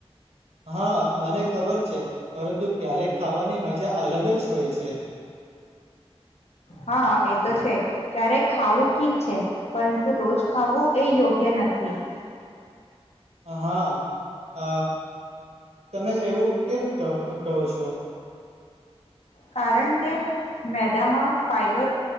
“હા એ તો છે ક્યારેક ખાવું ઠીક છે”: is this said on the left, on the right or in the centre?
Left